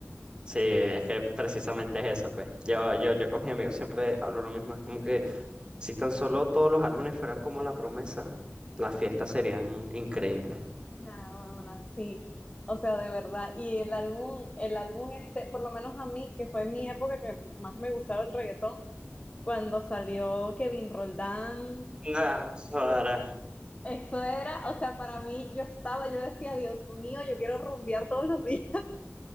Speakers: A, on the right (about 20°); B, on the left (about 25°).
A: Sí, es que precisamente es eso, pues. Yo, yo, yo con mis amigos siempre hablo lo mismo, es como que si tan solo todos los álbumes fueran como La Promesa, las fiestas serían increíbles.
B: Nada, bueno, sí. O sea, de verdad. Y el álbum, el álbum este, por lo menos a mí, que fue mi época que más me gustaba el reggaetón, cuando salió Kevin Roldán,
A: <laughs> Nada. ahora.
B: eso era, o sea, para mí yo estaba, yo decía, Dios mío, yo quiero rumbear todos los días. <laughs>